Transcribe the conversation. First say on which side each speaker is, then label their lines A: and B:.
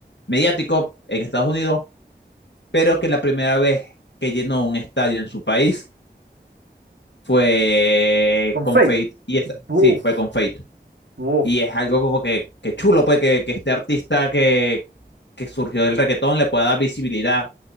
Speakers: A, on the left (about 85°); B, on the right (about 80°).
A: mediático en Estados Unidos, pero que la primera vez que llenó un estadio en su país fue
B: Con
A: con
B: Fate.
A: Fate, y esa,
B: Buf,
A: sí, fue con Fate.
B: buf.
A: Y es algo como que, que chulo, pues, que, que este artista que, que surgió del reggaetón le pueda dar visibilidad